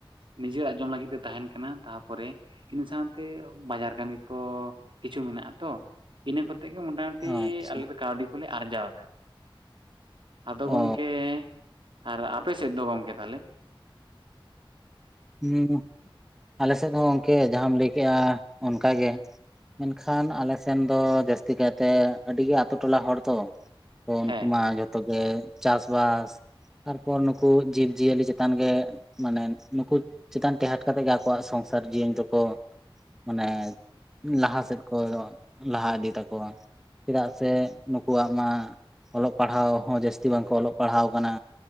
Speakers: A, on the right (about 65°); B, in the centre.
A: ᱱᱤᱡᱮᱨᱟᱜ ᱡᱚᱢ ᱞᱟᱹᱜᱤᱜ ᱛᱮ ᱛᱟᱦᱮᱱ ᱠᱟᱱᱟ, ᱛᱟᱯᱚᱨᱮ ᱤᱱᱟᱹ ᱥᱟᱶᱛᱮ ᱵᱟᱡᱟᱨ ᱠᱟᱹᱢᱤ ᱠᱚ ᱠᱤᱪᱷᱩ ᱢᱮᱱᱟᱜ ᱟ ᱛᱚ, ᱤᱱᱟᱹ ᱠᱚᱛᱮ, ᱤ ᱢᱳᱚᱴᱟᱢᱩᱴᱤ
B: ᱟᱪᱪᱷᱟ
A: ᱟᱞᱮ ᱫᱚ ᱠᱟᱹᱣᱰᱤ ᱠᱚᱞᱮ ᱟᱨᱡᱟᱣ ᱫᱟ᱾ ᱟᱫᱚ
B: ᱚ
A: ᱜᱚᱝᱠᱮ, ᱟᱨ ᱟᱯᱮ ᱥᱮᱜ ᱫᱚ ᱜᱚᱝᱠᱮ ᱛᱷᱟᱞᱮ?
B: ᱦᱩᱸ ᱜᱩ ᱟᱞᱮ ᱥᱮᱫ ᱦᱚᱼᱝᱠᱮ ᱡᱟᱦᱟᱢ ᱞᱟᱹᱭ ᱠᱮᱜᱼᱟ, ᱚᱱᱠᱟ ᱜᱮ᱾ ᱢᱮᱱᱠᱷᱟᱱ ᱟᱞᱮ ᱥᱮᱱ ᱫᱚ, ᱡᱟᱹᱥᱛᱤ ᱠᱟᱭᱛᱮ ᱟᱹᱰᱤᱜᱮ ᱟᱛᱳ ᱴᱚᱞᱟ ᱦᱚᱲ ᱫᱚ! ᱠᱚ ᱩᱱᱠᱩ
A: ᱦᱮᱸ
B: ᱢᱟ ᱡᱷᱚᱛᱚ ᱜᱮ, ᱪᱟᱥ-ᱵᱟᱥ ᱛᱟᱨᱯᱚᱨ ᱱᱩᱠᱩ ᱡᱤᱵᱽ ᱡᱤᱭᱟᱹᱞᱤ ᱪᱮᱛᱟᱱ ᱜᱮ, ᱢᱟᱱᱮ ᱱᱩᱠᱩ ᱪᱮᱛᱟᱱ ᱴᱮᱦᱟᱴ ᱠᱟᱛᱮᱜ ᱜᱮ ᱟᱠᱚᱣᱟᱜ ᱥᱚᱝᱥᱟᱨ ᱡᱤᱭᱚᱱ ᱫᱚᱠᱚ, ᱢᱟᱱᱮ ᱞᱟᱦᱟ ᱥᱮᱫ ᱠᱚᱫᱚ ᱞᱟᱦᱟ ᱤᱫᱤ ᱛᱟᱠᱚᱣᱟ᱾ ᱪᱮᱫᱟᱜ ᱥᱮ ᱱᱩᱠᱩᱣᱟᱜ ᱢᱟ, ᱚᱞᱚᱜ ᱯᱟᱲᱦᱟᱣ ᱦᱚᱸ ᱡᱟᱹᱥ- -ᱛᱤ ᱵᱟᱝᱠᱚ ᱚᱞᱚᱜ ᱯᱟᱲᱦᱟᱣ ᱠᱟᱱᱟ,